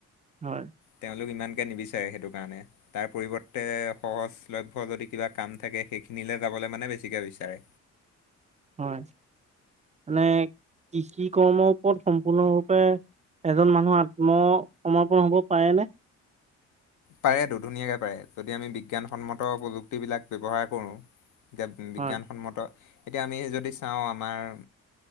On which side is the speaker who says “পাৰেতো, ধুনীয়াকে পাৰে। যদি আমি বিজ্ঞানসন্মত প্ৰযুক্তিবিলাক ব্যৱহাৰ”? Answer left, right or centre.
Left